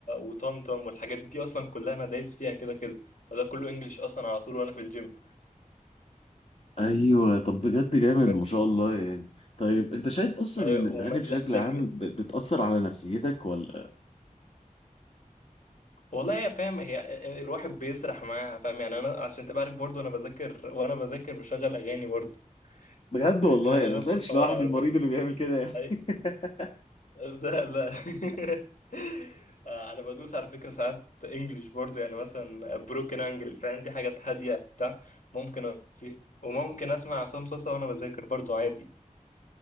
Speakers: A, on the left; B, on the left.
A: وطمطم والحاجات دي اصلا كلها انا دايس فيها كده كده فده كله انجليش اصلا على طول وانا في الجيم
B: ايوه طب بجد جامد
A: ماشي
B: ما شاء الله يعني طيب انت شايف اصلا
A: هي
B: ان
A: وما...
B: الاغاني
A: لا-
B: بشكل
A: لكن
B: عام ب- بتاثر على نفسيتك ولا
A: والله هي فاهم هي الواحد بيسرح معاها فاهم يعني انا عشان تبقى عارف برضه انا بذاكر وانا بذاكر بشغل اغاني برضه
B: بجد
A: <laughs>
B: والله
A: نفس
B: يعني ما طلعتش
A: الحوار
B: لوحدي
A: على
B: المريض
A: فكرة
B: اللي بيعمل كده يعني
A: أي-
B: <laughs>
A: لا لا <laughs> آه، انا بدوس على فكره ساعات انجليش برضو يعني مثلا بروكن انجل فاهم دي حاجات هاديه بتاع ممكن أقف فيها وممكن اسمع عصام صاصا وانا بذاكر برضو عادي